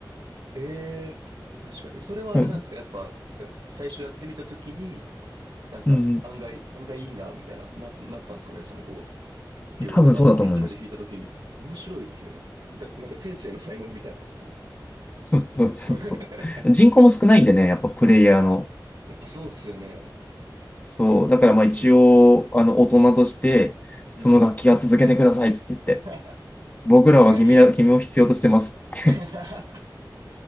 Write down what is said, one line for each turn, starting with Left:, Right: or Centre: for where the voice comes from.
Right: ええ。確かに。
Left: <laughs>
Right: それはあれなんですかやっぱ、
Left: そう。
Right: え最初やってみたときに、なんか、
Left: うん
Right: 案外、案外いいな、みたいな、な、なったんですかね、その子が。ビオラで頑張り初めて弾いたときに、
Left: うん。多分そうだと思います。
Right: 面白いっすね。だなんか天性の才能みたいな。
Left: そうそうそうそ
Right: <laughs>
Left: う。人口も少ないんでね、やっぱプレイヤーの。
Right: あ、やっぱそうっすよね。
Left: そう。だからまあ一応、
Right: うん、
Left: あの、大人として、
Right: うん。
Left: その楽器は続けてくださいっつって言って。
Right: <laughs>
Left: 僕らは君ら、
Right: 確かに。
Left: 君を必要としてますって言って。
Right: <laughs>